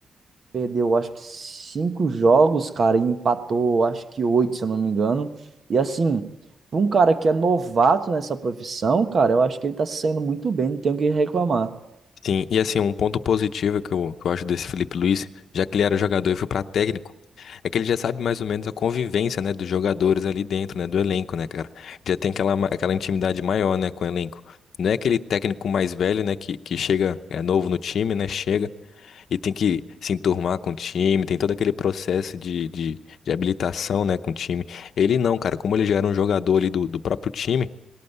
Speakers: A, on the right (about 45°); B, on the left (about 70°).
A: perdeu acho que cinco jogos, cara, e empatou acho que oito, se eu não me engano. E assim, para um cara que é novato nessa profissão, cara, eu acho que ele tá saindo muito bem, não tenho o que reclamar.
B: sim. E assim, um ponto positivo que eu, que eu acho desse Felipe Luiz, já que ele era jogador e foi pra técnico, é que ele já sabe mais ou menos a convivência, né, dos jogadores ali dentro, né, do elenco, né, cara? Já tem aquela, ma- aquela intimidade maior, né, com o elenco. Não é aquele técnico mais velho, né, que, que chega, é novo no time, né, chega e tem que se enturmar com o time, tem todo aquele processo de, de, de habilitação, né, com o time. Ele não, cara, como ele já era um jogador ali do, do próprio time.